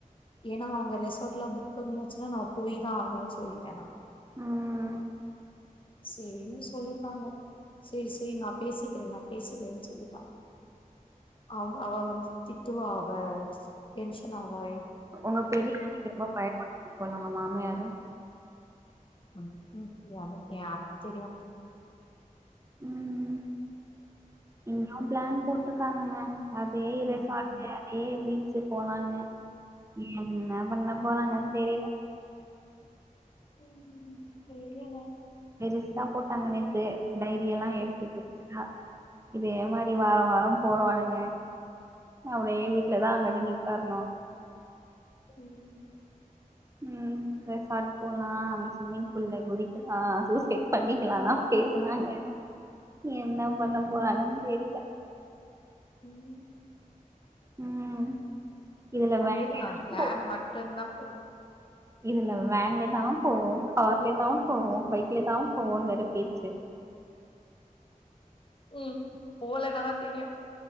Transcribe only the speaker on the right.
ம்
உங்க பெரிய அண்ணிக்கு ரொம்ப பயப்படுவாங்க போல உங்க மாமியாரு
ம் இங்ககயு ப்ளான் போட்ருக்காங்கங்க அதே ரெசாட்டு
அதே பீச்சு போலான்னு என்ன பண்ண போறாங்கன் தெரில
பெருசா போட்டாங்க நேத்து டைரியெல்லா எடுத்து பெருசா இதே மாரி வாரோ வாரோ போடுவானுங்க அப்டியே வீட்லதாங்க அடங்கி உக்காரணு
ம் ரெசாட் போலா அங்க ஸ்விம்மிங் ஃபூல்ல குதிக்கலா சூசைட் பண்ணிக்கலாலா பேசுனாங்க என்ன பண்ண போறாங்கன் தெரில
ம் இதுல
வேன்
போ
இதுல வேன்லதா போவோ கார்லதா போவோ பைக்லதா போவோன் வேற பேச்சு